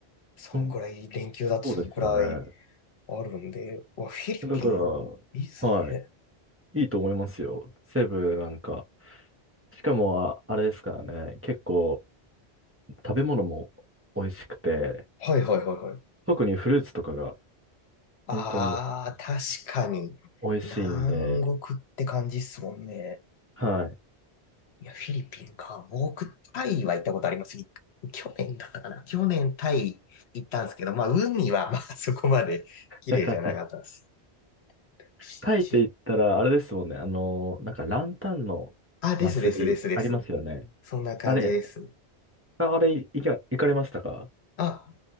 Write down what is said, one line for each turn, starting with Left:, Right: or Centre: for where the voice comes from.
Left: そんくらい、
Right: うん、
Left: 連休だとそんくらい
Right: そうですよね。
Left: あるんで、うわ、フィリピン、
Right: <laughs> だから、
Left: いいっすね。
Right: はい。いいと思いますよ。セブなんか。しかも、あ、あれですからね。結構、食べ物も美味しくて、
Left: はいはいはいはい。
Right: 特にフルーツとかが
Left: ああ、
Right: 本当に
Left: 確かに。
Right: 美味しいんで、
Left: 南国って感じっすもんね。
Right: はい。
Left: いや、フィリピンか。僕、タイは行ったことあります。い去年だったかな。去年タイ行ったんですけど、まあ、海はまあ <laughs> そこまで綺麗じゃなかったです。
Right: <laughs>
Left: しち
Right: タイって言ったら、あれですもんね。あの、なんかランタンの祭りありますよね。
Left: あ、ですですですです。そんな感じです。
Right: あれ、ああれ、行き行かれましたか
Left: あ、